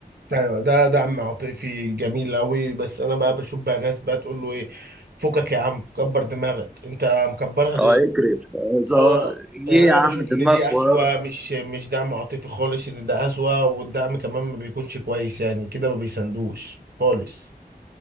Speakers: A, on the right (about 80°); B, in the centre.
A: ايوه ده ده عم عاطفي جميل قوي بس انا بقى بشوف بقى ناس بقى تقول له ايه فكك يا عم كبر دماغك انت مكبرها
B: اه
A: ليه
B: اكرف آه، ظهر-
A: اه
B: ليه
A: يعني انا
B: يا عم
A: بشوف ان
B: دماغ
A: دي
B: صغيره
A: اسوأ مش مش دعم عاطفي خالص ان ده اسوأ والدعم كمان ما بيكونش كويس يعني كده ما بيساندوش خالص